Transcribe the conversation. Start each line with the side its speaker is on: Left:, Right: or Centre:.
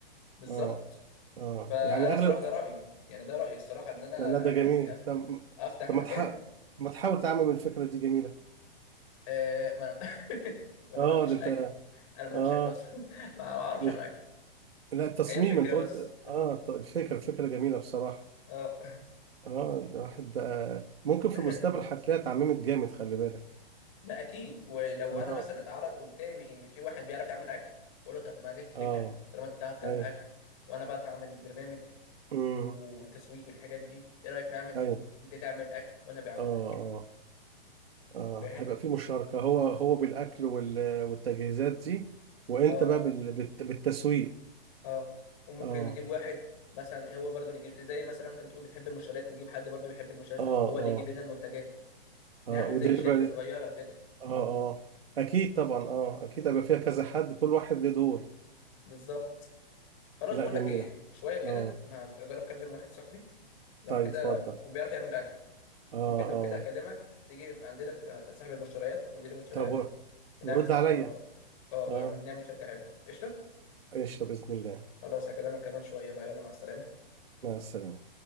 Left: بالظبط
Right: اه اه
Left: فانا
Right: يعني اغلب
Left: الصراحه ده رايي يعني ده رايي الصراحه ان انا
Right: لا ده جميل
Left: يعني أفت...
Right: طب
Left: افتح
Right: طب
Left: مكان
Right: ما تح- ما تحاول تعمم الفكره دي جميله
Left: آه ما انا <laughs> ما انا
Right: اه
Left: ما عنديش
Right: ده
Left: الاكل
Right: انت
Left: انا ما عنديش
Right: اه
Left: اكل اصلا <laughs> ما اعرفش
Right: مش
Left: اعمل اكل
Right: لا التصميم
Left: هي فكره
Right: انت قلت
Left: بس
Right: اه ط- الفكره الفكره جميله بصراحه
Left: اه
Right: اه الواحد بقى ممكن في
Left: <laughs>
Right: المستقبل هتلاقيها اتعممت جامد خلي بالك
Left: لا اكيد ولو
Right: اه
Left: انا مثلا اتعرض قدامي ان في واحد بيعرف يعمل اكل اقول له طب ما جت الفكره
Right: اه
Left: طالما انت بتعرف تعمل
Right: ايوه
Left: اكل وانا بعرف اعمل البرنامج
Right: امم
Left: والتسويق والحاجات دي ايه رايك نعمل
Right: ايوه
Left: انت تعمل اكل وانا ابيعه
Right: اه
Left: لك
Right: اه اه
Left: فاهم
Right: هيبقى في مشاركه هو هو بالاكل وال... والتجهيزات دي وانت
Left: اه
Right: بقى بال... بالت... بالتسويق
Left: اه وممكن
Right: اه
Left: نجيب واحد مثلا إيه هو برضو اللي يجيب زي مثلا انت بتقول بتحب المنشورات نجيب حد برضو يحب المنشورات
Right: اه
Left: هو
Right: اه
Left: اللي يجيب لنا المنتجات نعمل
Right: اه ودليفري
Left: زي شركة صغيرة كده
Right: اه اه اكيد طبعا اه اكيد
Left: مم،
Right: هيبقى فيها كذا حد كل واحد له دور
Left: بالظبط خلاص
Right: لا
Left: بقول
Right: جميله
Left: لك ايه شوية كده
Right: اه
Left: انا هجرب اكلم واحد صاحبي لو
Right: طيب
Left: كده
Right: اتفضل
Left: هو بيعرف يعمل اكل
Right: اه
Left: ممكن لو
Right: اه
Left: كده اكلمك تيجي عندنا تبقى صاحب المشتريات مدير المشتريات
Right: طب و-
Left: ونعمل
Right: ورد
Left: صفقة
Right: عليا
Left: اه
Right: اه
Left: ونعمل شركة حلوة قشطة
Right: قشطة بإذن الله
Left: خلاص هكلمك كمان شوية بقى يلا مع السلامة
Right: مع السلامة